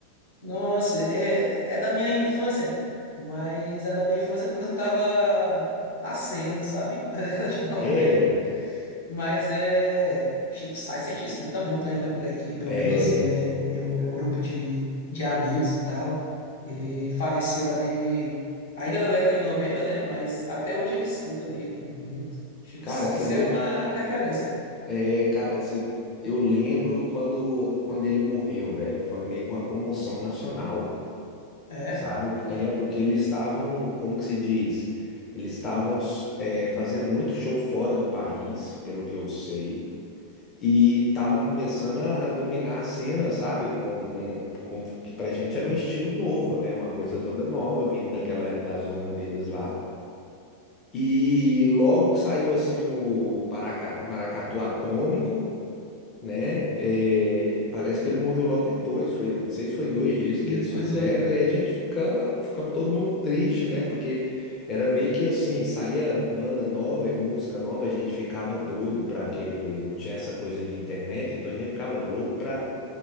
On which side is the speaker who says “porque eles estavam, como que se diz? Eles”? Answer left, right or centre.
Left